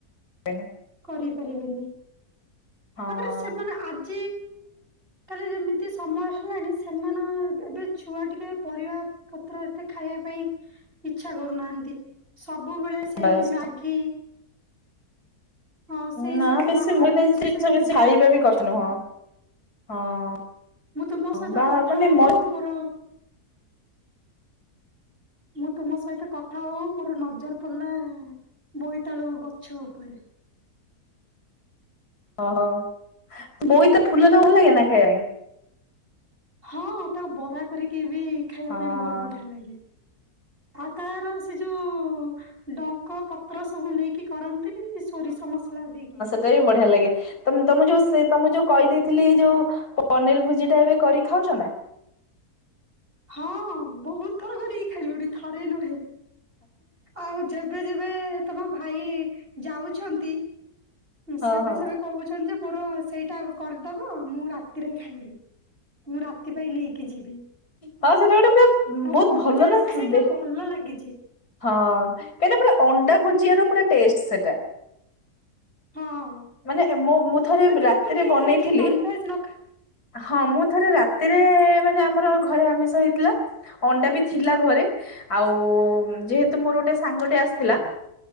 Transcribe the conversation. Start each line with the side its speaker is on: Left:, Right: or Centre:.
Left: ବେନି
Right: କରିପାରିବେନି
Left: ହଁ
Right: ତାପରେ ସେମାନେ ଆଜି
Left: <inaudible>
Right: କାଲି ଯେମିତି ସମୟ ହେଲାଣି ସେମାନେ ଅବେ ଏବେ ଛୁଆ ଟିକେ ପରିବା ପତ୍ର ଏତେ ଖାଇବା ପାଇଁ ଇଚ୍ଛା କରୁନାହାନ୍ତି ସବୁବେଳେ ସେ
Left: ବାସ୍
Right: ମ୍ୟାଗି ହଁ ସେଇ
Left: ନା
Right: ସବୁ
Left: ବେଶୀ
Right: ବାହାର
Left: ମୁଇ ତ ଜିନିଷ
Right: ସେ
Left: ବେଶୀ
Right: ଅଧିକା
Left: ଖାଇବା
Right: ଖାଉଛନ୍ତି।
Left: ବି କଥା ନୁହଁ ହଁ ହଁ
Right: ମୁଁ ତୁମ ସହିତ
Left: <unintelligible> ବାହାହେଇଗଲେ
Right: କଥା ହଉ ହଉ ମୋର ମୁଁ ତୁମ ସହିତ କଥା ହଉ ମୋର ନଜର ପଡିଲା ବୋଇତାଳୁ ଗଛ ଉପରେ
Left: <unintelligible>
Right: ହଁ ତାକୁ ବରା କରିକି ବି ଖାଇବା
Left: ହଁ।
Right: ପାଇଁ ବହୁତ ବଢିଆ ଲାଗେ ଆଉ ତାର ସେ ଯୋଉ ଡଙ୍କ ପତ୍ର ସବୁ ନେଇକି କରନ୍ତିନି ସୋରିଷ ମସଲା ଦେଇକି
Left: ମତେ ବି ବଢିଆ ଲାଗେ। ତ ତମ ଯୋଉ ସେ ତମ ଯୋଉ କହିଦେଇଥିଲି ଯୋଉ ପନିର ଭୋଜି ଟା ଏବେ କରିକି ଖାଉଛ ନା।
Right: ହଁ ବହୁତ ଥର କରିକି ଖାଇଲୁଣି ଥରେ ନୁହେଁ ଆଉ ଯେବେ ଯେବେ ବେ ତମ ଭାଇ ଯାଉଚନ୍ତି
Left: ହଁ
Right: ସେବେ
Left: ହଁ
Right: ସେବେ କହୁଛନ୍ତି ଯେ ମୋର ସେଇଟା କରିଦବ ମୁଁ ରାତିରେ ଖାଇବି। ମୁଁ ରାତି ପାଇଁ ନେଇକି ଯିବି
Left: ହଁ ସେଟା ଗୋଟେ ପୁରା
Right: ଆଉ ବହୁତ
Left: ଭଲ
Right: ଜଣଙ୍କୁ
Left: ନା
Right: ସେଇଟା
Left: ଦେହ
Right: ଭଲ ଲାଗିଚି।
Left: ହଁ କାହିଁକିନା ପୁରା ଅଣ୍ଡା ଭୁଜିଆ ର ପୁରା ଟେଷ୍ଟ ସେଟା।
Right: ହଁ।
Left: ମାନେ ଏ ମୁଁ ମୁଁ ଥରେ
Right: ପୁରା ବିଲକୁଲ
Left: ରାତିରେ
Right: କେହି
Left: ବନେଇଥିଲି
Right: ଯେ ଯିଏ ନନଭେଜ ନ ଖା
Left: ହଁ ମୁଁ ଥରେ ରାତିରେ ମାନେ ଆମର ଘରେ ଆମିଷ ହେଇଥିଲା। ଅଣ୍ଡା ବି ଥିଲା ଘରେ ଆଉ ଯେହେତୁ ମୋର ଗୋଟେ ସାଙ୍ଗଟେ ଆସିଥିଲା।